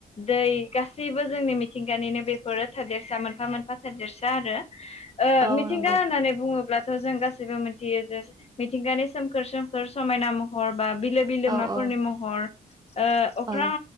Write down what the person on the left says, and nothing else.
दै गासैबो जोंनि मिथिंगानिनो बेफोरो थादेरसा मोनफा मोनफा थादेरसा आरो । ओ
मिथिंगा
होननानै बुङोब्लाथ' जों गासैबो मिथियो जे मिथिंगानि सोमखोर सोमखोर समायना महर बा बिलो बिलोमाफोरनि
महर ओ अख्रां